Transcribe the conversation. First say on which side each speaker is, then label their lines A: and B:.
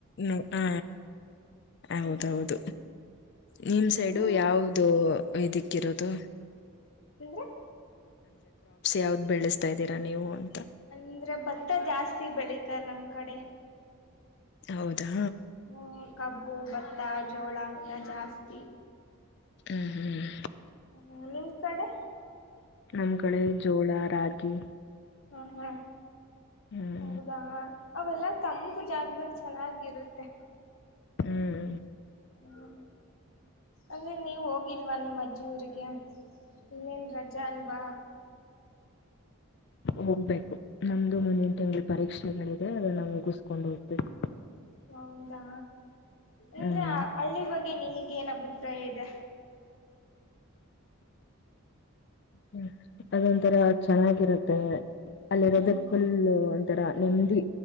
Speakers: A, on the left; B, on the left.
A: ನ ಹಾ
B: ಹ್ಮ್
A: ಹೌದೌದು ನಿಮ್ ಸೈಡು
B: ನೀವು
A: ಯಾವ್ದು ಇದಿಕ್ಕಿರೋದು
B: ಅಂದ್ರೆ
A: ಯಾವ್ದ್ ಬೆಳೆಸ್ತಾ ಇದ್ದೀರಾ ನೀವು ಅಂತ
B: ಅಂದ್ರೆ ಭತ್ತ ಜಾಸ್ತಿ ಬೆಳಿತಾರ ನಮ್ ಕಡೆ
A: ಹೌದಾ
B: ಹ ಕಬ್ಬು ಬ ಭತ್ತ ಜೋಳ ಎಲ್ಲಾ ಜಾಸ್ತಿ
A: ಹ್ಮ್ ಹ್ಮ್
B: ಹ್ಮ ನಿಮ್ ಕಡೆ
A: ನಮ್ ಕಡೆ ಜೋಳಾ ರಾಗಿ
B: ಹಾ ಹಾ
A: ಹ್ಮ್
B: ಹೌದಾ ಅವೆಲ್ಲಾ ತಂಪು ಜಾಗದಲ್ಲಿ ಚೆನ್ನಾಗಿರುತ್ತೆ
A: ಹ್ಮ್
B: ಹ್ಮ ಅಂದ್ರೆ ನೀವ ಹೋಗಿಲ್ವಾ ನಿಮಮ್ಮ ಅಜ್ಜಿ ಊರಿಗೆ ಇನ್ನೇನ್ ರಜಾ ಅಲ್ವಾ
A: ಹೋಗ್ಬೇಕು ನಮ್ದು ಮುಂದಿನ ತಿಂಗಳು ಪರೀಕ್ಷೆಗಳಿದೆ ಅದನ್ನಾವು ಮುಗಸ್್ಕೊಂಡು ಹೋಗ್ಬೇಕು
B: ಹೌದಾ ಇಂದ್ರೆ
A: ಹ್ಮ್
B: ಹಳ್ಳಿ ಬಗ್ಗೆ ಗೆ ನಿನಿಗಗೆ ಏನ್ ಅಭಿಪ್ರಾಯ ಇದೆ
A: ಹ್ಮ ಅದೊಂಥರ ಚೆನ್ನಾಗಿರತ್ತೆ ಅಲ್ಲಿರೋದಕ್
B: ಹ್ಮ
A: ಫುಲ್ ತರ ನೆಮದಿ